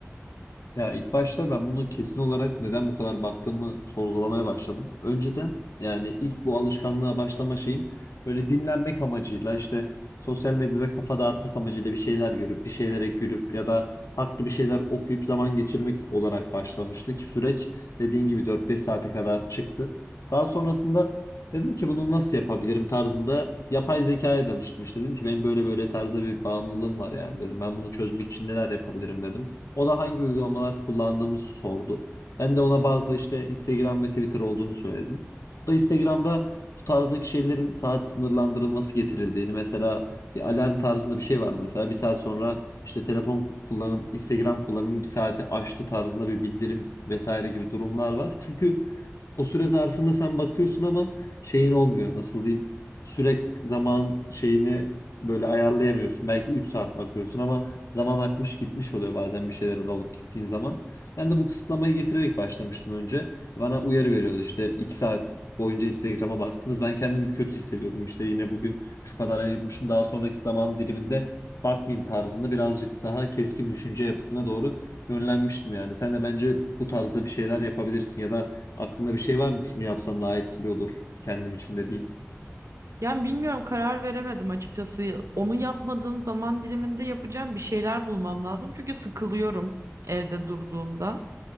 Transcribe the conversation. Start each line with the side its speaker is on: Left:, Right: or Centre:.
Left: Ya ilk başta ben bunu kesin olarak neden bu kadar baktığımı sorgulamaya başladım. Önceden yani ilk bu alışkanlığa başlama şeyim böyle dinlenmek amacıyla işte sosyal medyada kafa dağıtmak amacıyla bir şeyler görüp bir şeylere gülüp ya da farklı bir şeyler okuyup zaman geçirmek olarak başlamıştı ki süreç dediğin gibi dört beş saate kadar çıktı. Daha sonrasında dedim ki bunu nasıl yapabilirim tarzında yapay zekaya danıştım. İşte dedim ki benim böyle böyle tarzda bir bağımlılığım var yani dedim ben bunu çözmek için neler yapabilirim dedim. O da hangi uygulamalar kullandığımızı sordu. Ben de ona bazı da işte Instagram ve Twitter olduğunu söyledim. O da Instagram'da bu tarzdaki şeylerin saat sınırlandırılması getirildiğini mesela bir alarm tarzında bir şey var mesela bir saat sonra işte telefon kullanım, Instagram kullanımı bir saati aştı tarzında bir bildirim vesaire gibi durumlar var. Çünkü o süre zarfında sen bakıyorsun ama şeyin olmuyor nasıl diyeyim süre zaman şeyini böyle ayarlayamıyorsun. Belki 3 saat bakıyorsun ama zaman akmış gitmiş oluyor bazen bir şeylere dalıp gittiğin zaman. Ben de bu kısıtlamayı getirerek başlamıştım önce. Bana uyarı veriyordu işte 2 saat boyunca Instagram'a baktınız. Ben kendimi bir kötü hissediyordum. İşte yine bugün şu kadar ayırmışım. Daha sonraki zaman diliminde bakmayayım tarzında birazcık daha keskin düşünce yapısına doğru yönlenmiştim yani. Sen de bence bu tarzda bir şeyler yapabilirsin ya da aklında bir şey var mı? Şunu yapsam daha etkili olur kendim için dediğin.
Right: Yani bilmiyorum karar veremedim açıkçası. Onu yapmadığım zaman diliminde yapacağım bir şeyler bulmam lazım. Çünkü sıkılıyorum evde durduğumda.